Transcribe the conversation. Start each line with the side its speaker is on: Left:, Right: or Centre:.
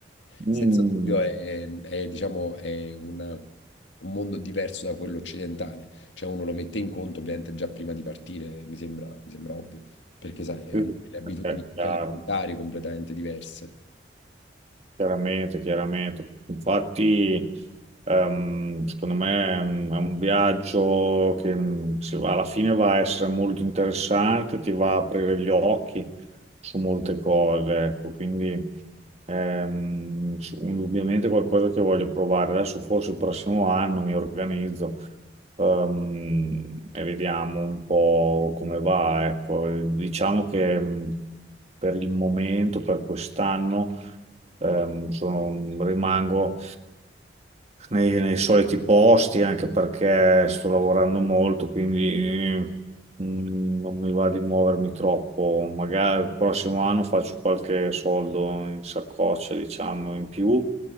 Right: Mm.
Left: senza dubbio è, è, diciamo, è un un mondo diverso da quello occidentale. Cioè uno lo mette in conto ovviamente già prima di partire, mi sembra, mi sembra ovvio, perché sai, hanno
Right: Mm.
Left: delle abitudini
Right: Ok,
Left: anche
Right: chiaro.
Left: alimentari completamente diverse.
Right: Chiaramente, chiaramente. Infatti, ehm, secondo me è un è un viaggio che mh, si- alla fine va a essere molto interessante, ti va a aprire gli occhi su molte cose, ecco. Quindi, ehm, su- indubbiamente qualcosa che voglio provare. Adesso forse il prossimo anno mi organizzo, ehm, e vediamo un po' come va, ecco. Diciamo che mh, per il momento, per quest'anno Ehm, sono- rimango nei, nei soliti posti anche perché sto lavorando molto, quindi mm, non mi va di muovermi troppo. Magari il prossimo anno faccio qualche soldo in saccoccia, diciamo, in più.